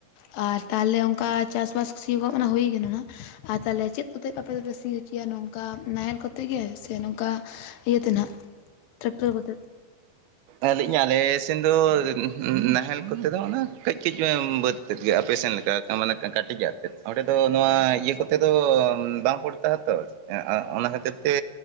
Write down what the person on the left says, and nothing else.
ᱟᱨ ᱛᱟᱦᱚᱞᱮ ᱚᱱᱠᱟ ᱪᱟᱥᱵᱟᱥ ᱥᱤᱦᱚ ᱦᱚ ᱢᱟᱱᱮ ᱦᱩᱭ ᱠᱟᱱᱟ᱾ ᱟᱨ ᱛᱟᱦᱚᱞᱮ ᱪᱮᱫ ᱠᱚᱛᱮ ᱟᱯᱮ ᱫᱚᱯᱮ ᱥᱤ ᱦᱚᱪᱚᱭᱟ ᱱᱚᱝᱠᱟ ᱱᱟᱦᱮᱞ ᱠᱚᱛᱮ ᱜᱮ ᱥᱮ ᱱᱚᱝᱠᱟ ᱤᱭᱟᱹ ᱛᱮ ᱱᱟᱜ? <unintelligible>